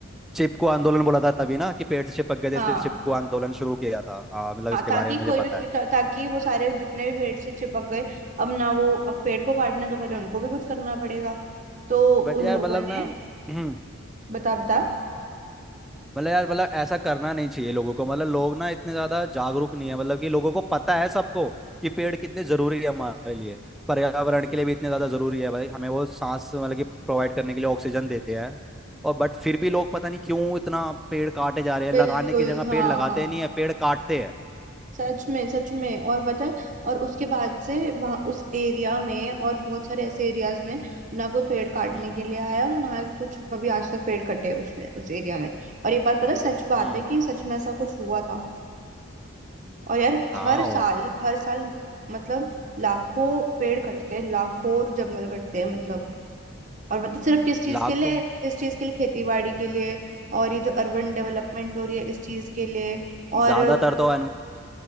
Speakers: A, in the centre; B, on the right.
A: चिपकू आंदोलन बोला था तभी ना कि पेड़ से चिपक गए थे
B: हाँ
A: इसलिए चिपकू आंदोलन शुरू किया था हाँ मतलब
B: हाँ
A: इसके
B: ताकि
A: बारे में मुझे
B: कोई
A: पता
B: भी पे-
A: है
B: ता, ताकि वो सारे जितने भी पेड़ से चिपक गए अब ना वो अब पेड़ को काटना तो पहले उनको भी कुछ करना पड़ेगा तो उन
A: बट यार
B: लोगों
A: मतलब
B: ने
A: ना <clears throat> हम्म
B: बता बता
A: मतलब यार मतलब ऐसा करना नहीं चाहिए लोगों को मतलब लोग ना इतने ज्यादा जागरूक नहीं है मतलब कि लोगों को पता है सबको कि पेड़ कितने जरूरी है हमारे लिए पर्यावरण के लिए भी इतने ज्यादा जरूरी है भाई हमें वो सांस मतलब कि प्रोवाइड करने के लिए ऑक्सीजन देते हैं और बट फिर भी लोग पता नहीं क्यों इतना पेड़ काटे जा रहे हैं
B: बिल्कुल
A: लगाने की जगह
B: हाँ
A: पेड़ लगाते
B: हाँ
A: नहीं है पेड़ काटते हैं
B: सच में सच में और पता है और उसके बाद से वहां उस एरिया में और बहुत सारे ऐसे एरियाज में ना कोई पेड़ काटने
A: हम्म
B: के लिए आया ना ही कुछ कभी आज तक पेड़ कटे उसमें उस एरिया में और ये बात पता है, सच बात
A: हम्म
B: है कि सच में ऐसा कुछ हुआ था और यार
A: हाँ
B: हर साल
A: और
B: हर साल मतलब लाखों पेड़ कटते हैं लाखों और जंगल कटते हैं मतलब और मतलब सिर्फ किस चीज
A: लाखों
B: के लिए इस चीज के लिए खेती बाड़ी के लिए और ये जो अर्बन डेवलपमेंट हो रही है इस चीज के लिए और
A: ज्यादातर तो